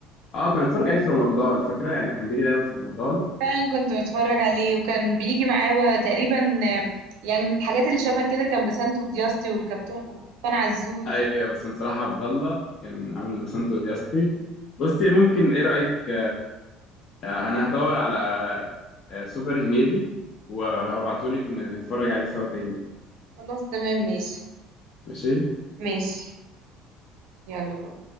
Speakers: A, on the left; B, on the right.
A: أه كنت بتفرج عليه في رمضان فاكرة يعني كان بيجي دايما في رمضان
B: فعلا كنت بتفرج عليه وكان بيجي معاه بقى تقريبا آه، يعني من الحاجات اللي شبه كده كان بسنت ودياستي والكابتن والقبطان عزوز
A: أيوة بس صلاح عبد الله كان عامل بسنتو دياستي بصي ممكن إيه رأيك آه، انا هدور على آه، سوبر هنيدي وهبعتهولك ن- نتفرج عليه سوا تاني
B: خلاص تمام ماشي
A: ماشي
B: ماشي يلا بقى